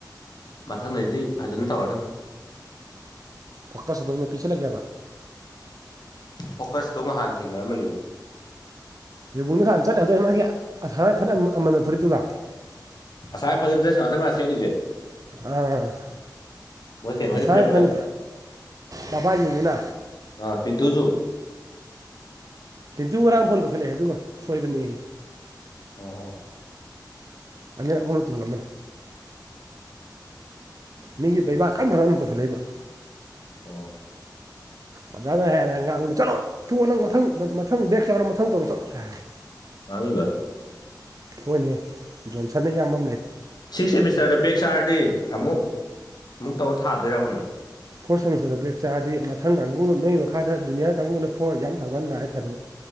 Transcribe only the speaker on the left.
ꯃꯊꯪꯗꯗꯤ ꯐꯖꯅ ꯇꯧꯔ ꯅꯪ
ꯐꯣꯀꯁꯇꯣ ꯉꯍꯥꯟ ꯊꯦꯡꯅꯔꯝꯝꯕꯅꯤ
ꯇꯥꯏ ꯐꯪꯉꯤ ꯗ꯭ꯔꯦꯁ ꯅ꯭ꯔꯩ ꯃꯥ ꯁꯦꯠꯂꯤꯁꯦ
ꯃ ꯀꯩꯅꯣꯅꯤ
ꯄꯤꯔꯦꯄꯨꯖꯥꯅꯤ
ꯑ ꯄꯤꯟꯇꯨꯖꯨ
ꯑꯣ
ꯑꯣ
ꯃꯉꯕ
ꯁꯤꯛꯁ ꯁꯦꯃꯤꯁꯇꯔꯗ ꯕꯦꯛ ꯆꯥꯔꯗꯤ ꯑꯃꯨꯛ ꯑꯃꯨꯛ ꯇꯧꯔ ꯊꯥꯗꯣꯏꯕ ꯑꯃꯨꯛ